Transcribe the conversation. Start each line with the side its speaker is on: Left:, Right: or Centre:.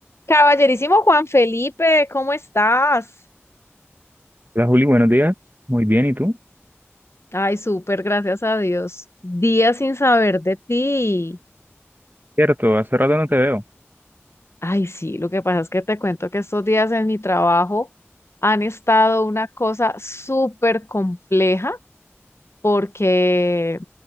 Left: Caballerísimo Juan Felipe, ¿cómo estás?
Right: Hola Juli, buenos días. Muy bien, ¿y tú?
Left: Ay, súper, gracias a Dios. Días sin saber de ti.
Right: Cierto, hace rato no te veo.
Left: Ay, sí, lo que pasa es que te cuento que estos días en mi trabajo han estado una cosa súper compleja porque,